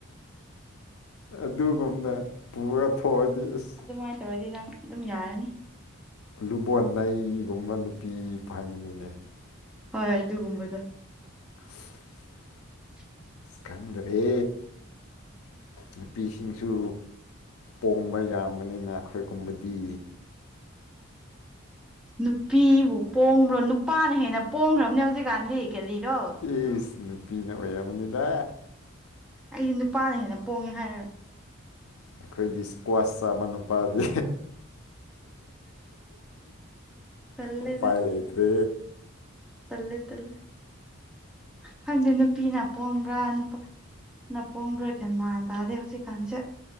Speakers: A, on the left (about 80°); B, in the centre.
A: ꯑꯗꯨꯒꯨꯝꯅ ꯄꯨꯔ ꯊꯣꯛꯑꯗꯤ ꯑꯁ
B: ꯑꯗꯨꯃꯥꯏꯅ ꯇꯧꯔꯗꯤ ꯅꯪ ꯑꯗꯨꯝ ꯌꯥꯔꯅꯤ
A: ꯂꯨꯕꯣꯟ ꯅꯩꯒꯨꯝꯕ ꯅꯨꯄꯤ ꯐꯪꯅꯤꯡꯉꯦ
B: ꯍꯣꯏ ꯑꯗꯨꯒꯨꯝꯕꯗꯣ
A: <inaudible>
B: <inaudible>
A: ꯈꯪꯗꯔꯦ ꯅꯨꯄꯤꯁꯤꯡꯁꯨ ꯄꯣꯡꯕ ꯌꯥꯝꯕꯅꯤꯅ ꯑꯈꯣꯏꯒꯨꯝꯕꯗꯤ
B: ꯅꯨꯄꯤꯕꯨ ꯄꯣꯡꯕ꯭ꯔꯣ ꯅꯨꯄꯥꯅ ꯍꯦꯟꯅ ꯄꯣꯡꯈ꯭ꯔꯕꯅꯦ ꯍꯧꯖꯤꯛꯀꯥꯟꯗꯤ ꯀꯔꯤꯔꯣ
A: ꯑꯦꯁ ꯅꯨꯄꯤꯅ ꯑꯣꯏꯔꯝꯒꯅꯤꯗ
B: ꯑꯩꯗꯤ ꯅꯨꯄꯥꯅ ꯍꯦꯟꯅ ꯄꯣꯡꯉꯦ ꯍꯥꯏꯔꯒ
A: ꯑꯈꯣꯏꯗꯤ ꯏꯁꯀ꯭ꯋꯥꯁ ꯄ ꯑꯃ ꯅꯨꯄꯥꯗꯤ
B: ꯇꯜꯂꯦꯗ
A: ꯑꯣꯄꯥꯏ ꯂꯩꯩꯇ꯭ꯔꯦ
B: ꯇꯜꯂꯦ ꯇꯜꯂꯦ ꯈꯪꯗꯦ ꯅꯨꯄꯤꯅ ꯄꯣꯡꯕ꯭ꯔꯥ ꯅꯨꯄꯥ ꯅ ꯄꯣꯡꯕ꯭ꯔꯥ ꯒ꯭ꯌꯥꯟ ꯃꯥꯟ ꯇꯥꯗꯦ ꯍꯧꯖꯤꯛꯀꯥꯟꯁꯦ